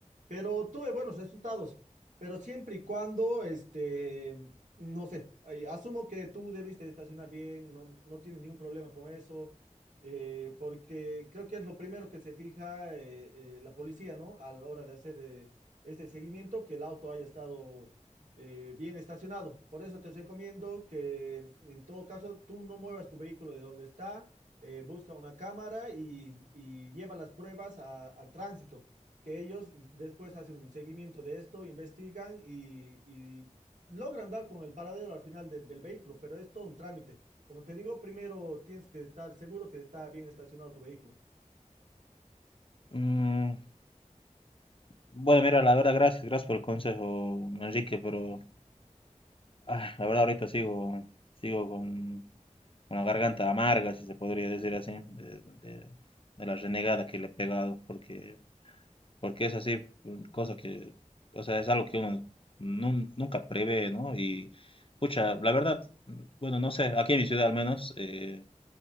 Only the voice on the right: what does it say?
pero tuve buenos resultados, pero siempre y cuando, este, no sé, ay, asumo que tú debiste estacionar bien, no, no tienes ningún problema con eso, eh, porque creo que es lo primero que se fija eh, eh, la policía, ¿no? A la hora de hacer eh, este seguimiento, que el auto haya estado eh, bien estacionado. Por eso te recomiendo que en todo caso tú no muevas tu vehículo de donde está, eh, busca una cámara y, y lleva las pruebas a- al tránsito, que ellos después hacen un seguimiento de esto, investigan y, y logran dar con el paradero al final de- del vehículo, pero es todo un trámite. Como te digo, primero tienes que estar seguro que está bien estacionado tu vehículo.